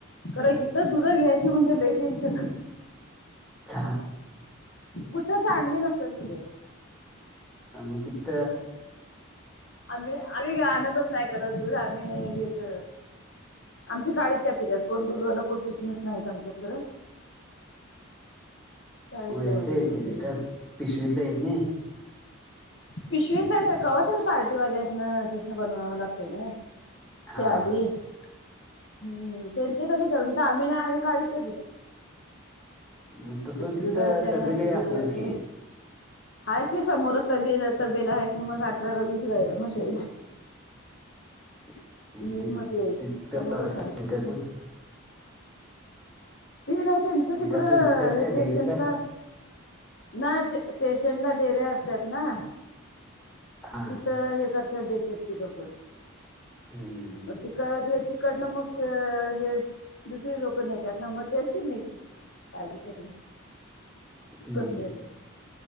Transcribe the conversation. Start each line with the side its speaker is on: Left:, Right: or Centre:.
Left: खर हिथं धुडं घ्यायची म्हणजे लय टेन्शन
Centre: ख
Left: कुठं चांगली नसतात तुझे
Centre: म तित
Left: आम्ही आम्ही घ आणतोच नाही करत दूध आम्ही घेत आमची काळीच्या पिर्यात कोण दुधवाला कोण पि नाहीत आमच्या तर काळी
Centre: येत
Left: चहावाले
Centre: त
Left: आहेत सगळे.
Centre: त्या पिसवीटला येत नाही <inaudible>
Left: पिशवीतला कावता पार्टीवाल्या अस तसन बनवावं लागत ना
Centre: हा
Left: चवी हम्म त्यांच्यासाठी जाऊून तर आम्ही नाही आम्ही काळीच्या
Centre: मग तस तिथं
Left: दुधाची आणि
Centre: तबेले
Left: ऍसिडिटी
Centre: असणार
Left: होते.
Centre: की
Left: हाय की समोरच तबेल तबेला हाय की मग अठरा का वीस गाया म्हशी हाईत.
Centre: <inaudible>
Left: वीस म्हशी आहेत समोरच आहे ते ना त्यांच
Centre: म्हणजे
Left: तिकडं
Centre: असं विकतात
Left: हे
Centre: काय
Left: स्टेशनला
Centre: डेअरीच आहे
Left: ना ते स्टेशनला डेऱ्या असतात ना
Centre: हा
Left: तिथं हे करत्यात देत्यात ती लोक
Centre: हूं
Left: म तिकड हे तिकड ना मग ते हे दुसरी लोक नेत्यात ना मग तेच की मिक्स ताज करून
Centre: हम्म.
Left: करतेत